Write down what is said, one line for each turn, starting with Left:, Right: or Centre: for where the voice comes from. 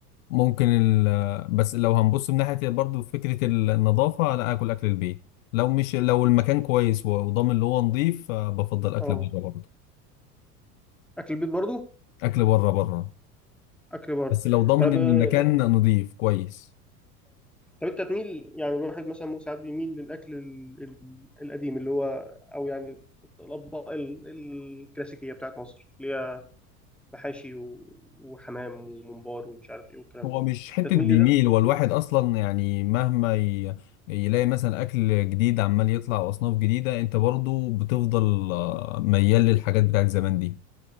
Left: ممكن ال... بس لو هنبص من ناحية برضو فكرة النظافة لا أكل أكل البيت لو مش لو المكان كويس و- وضامن اللي هو نظيف آه، بفضل أكل
Centre: اه
Left: بره برضه
Centre: اكل البيت برضو
Left: أكل بره بره
Centre: اكل بره
Left: بس لو ضامن
Centre: طب
Left: إن
Centre: اه
Left: المكان نظيف كويس
Centre: طب انت تميل يعني الواحد مثلا ممكن ساعات بيميل للاكل ال- ال- القديم اللي هو او يعني الاطباق ال- الكلاسيكيه بتاعت مصر اللي هي محاشي و- وحمام وممبار ومش عارف ايه والكلام
Left: هو
Centre: ده
Left: مش حتة
Centre: انت تميل
Left: بيميل
Centre: لده
Left: والواحد أصلا يعني مهما ي... يلاقي مثلا أكل جديد عمال يطلع وأصناف جديدة أنت برضو بتفضل آه، ميال للحاجات بتاعت زمان دي